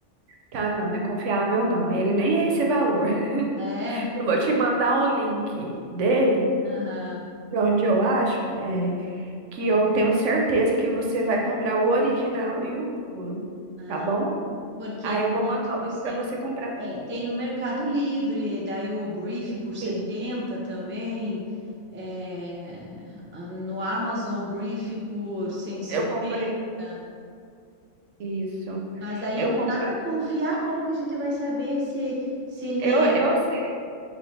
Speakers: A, on the right; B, on the right.
A: Tá não, não é confiável não. Ele nem é esse valor. <laughs>
B: É,
A: Eu vou te mandar o link dele,
B: aham.
A: de onde eu acho. é, que eu tenho certeza que você vai comprar o original e o puro,
B: ah.
A: tá bom?
B: Porque
A: Aí
B: daí,
A: eu vou mandar
B: tipo
A: o link
B: assim,
A: para você comprar.
B: é, tem no Mercado Livre, daí o Brief por setenta
A: Sim.
B: também. é, no Amazon o Brief por cento e cinquenta
A: Eu comprei isso.
B: Mas daí
A: Eu
B: não
A: comprei.
B: dá para confiar, como que a gente vai saber se, se ele
A: Eu,
B: é.
A: eu sei,